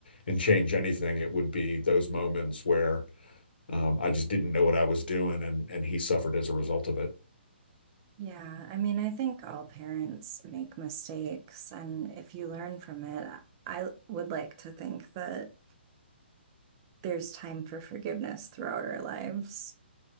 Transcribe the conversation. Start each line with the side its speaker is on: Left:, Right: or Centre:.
Left: and change anything, it would be those moments where um, I just didn't know what I was doing, and and he suffered as a result of it.
Right: Yeah, I mean, I think all parents make mistakes, and if you learn from it, I would like to think that there's time for forgiveness throughout our lives.